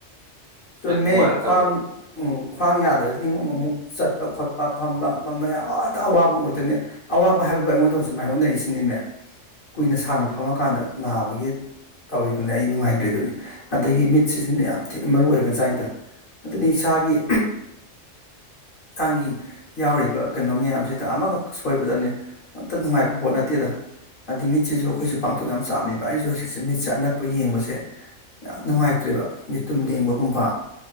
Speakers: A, on the left; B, on the right.
A: ꯆꯨꯝꯃꯦ
B: ꯍꯦꯛ ꯅꯨꯡꯉꯥꯏꯔꯛꯇꯕꯗ
A: ꯈ꯭ꯋꯥꯡ ꯎꯝ ꯈ꯭ꯋꯥꯡ ꯌꯥꯗ꯭ꯔꯗꯤꯉ ꯑꯃꯨꯛ ꯆꯠꯄ ꯈꯣꯠꯄ ꯐꯝꯕ ꯐꯝꯕ ꯌꯥꯝꯇ ꯑꯋꯥꯕ ꯑꯃ ꯑꯣꯏꯗꯣꯏꯅꯦ ꯑꯋꯥꯕ ꯍꯥꯏꯕꯕꯨ ꯑꯩꯉꯣꯟꯗ ꯍꯧꯖꯤꯛ ꯃꯥꯏꯌꯣꯛꯅꯔꯤꯁꯤꯅꯤꯅꯦ ꯀꯨꯏꯅ
B: ꯎꯝ
A: ꯁꯥꯡꯅ ꯐꯝꯃꯀꯥꯟꯗ ꯅꯥꯕꯒꯤ ꯇꯧꯔꯤꯗꯨꯅꯤ ꯑꯩ ꯅꯨꯡꯉꯥꯏꯇ꯭ꯔꯤꯗꯨꯅꯤ ꯑꯗꯒꯤ ꯃꯤꯠꯁꯤꯁꯨꯅ ꯌꯥꯝ ꯊꯤꯅ ꯃꯔꯨ ꯑꯣꯏꯅ ꯁꯋꯥꯏꯟꯗ ꯑꯗꯨꯅꯤ ꯏꯁꯥꯒꯤ ꯍꯛꯆꯥꯡꯒꯤ ꯌꯥꯎꯔꯤꯕ ꯀꯩꯅꯣ ꯃꯌꯥꯝꯁꯤꯗ ꯑꯃꯈꯛ ꯁꯣꯏꯕꯗꯅꯦ ꯑꯝꯇ ꯅꯨꯡꯉꯥꯏꯕ ꯄꯣꯠ ꯅꯠꯇꯦꯗ ꯍꯥꯏꯗꯤ ꯃꯤꯠꯁꯤꯁꯨ ꯑꯩꯈꯣꯏꯁꯨ ꯄꯥꯡꯊꯣꯛ ꯌꯥꯝ ꯆꯥꯝꯃꯦꯕ ꯑꯩꯁꯨ ꯑꯁꯤꯖꯤꯛꯁꯦ ꯃꯤꯠꯁꯦ ꯑꯅꯛꯄ ꯌꯦꯡꯕꯁꯦ ꯌꯥꯝ ꯅꯨꯡꯉꯥꯏꯇ꯭ꯔꯦꯕ ꯌꯦꯇꯨꯝ ꯂꯦꯡꯕꯒꯨꯝꯕ